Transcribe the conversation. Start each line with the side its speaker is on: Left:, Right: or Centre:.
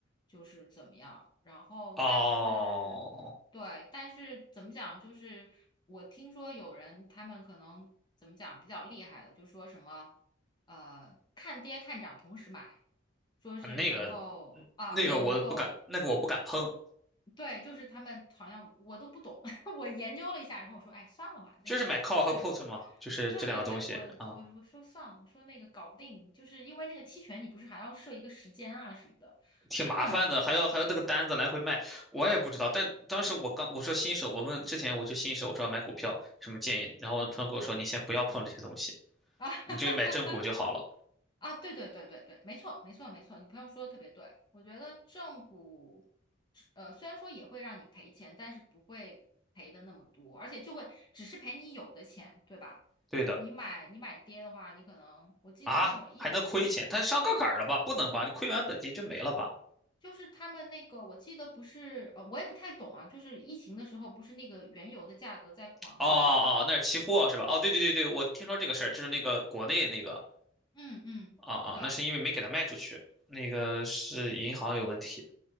Left: 就是怎么样？然后但是，
Centre: 哦，
Left: 对，但是怎么讲？就是我听说有人他们可能怎么讲比较厉害的，就说什么呃看跌看涨同时买，说是能够啊，
Centre: 那个那个我不敢，
Left: 对，能够。
Centre: 那个我不敢碰，
Left: 对，就是他们好像我都不懂，<laughs> 我研究了一下，然后我说，哎，算了吧，
Centre: 就是买
Left: 那这
Centre: call
Left: <laughs> 就，
Centre: 和 put 嘛，就是这两个东西啊。
Left: 对对对，我我我说算了，我说那个搞不定，就是因为那个期权，你不是还要设一个时间啊什么的，
Centre: 挺麻烦的，
Left: <clears throat> 然后
Centre: 还要还要这个单子来回卖，我也不知道。但当时我刚我说新手，我问之前我就新手，我说要买股票什么建议，然后朋友跟我说你先不要碰这些东西，
Left: 啊 <laughs>
Centre: 你就买正股就好了。
Left: 啊，对对对对对，没错没错没错，你朋友说的特别对，我觉得正股，呃，虽然说也会让你赔钱，但是不会赔的那么多，而且就会只是赔你有的钱，对吧？
Centre: 对的
Left: 你买你买跌的话，你可能我记得那会儿一。
Centre: 啊，还能亏钱？他上杠杆儿了吧？不能吧？你亏完本金就没了吧？
Left: 就是他们那个，我记得不是，呃，我也不太懂啊。就是疫情的时候，不是那个原油的价格在狂跌吗？
Centre: 哦哦，那是期货是吧？哦，对对对对，我听说这个事儿，就是那个国内那个
Left: 嗯嗯，
Centre: 啊啊，
Left: 对
Centre: 那是因为没给他卖出去，那个是银行有问题，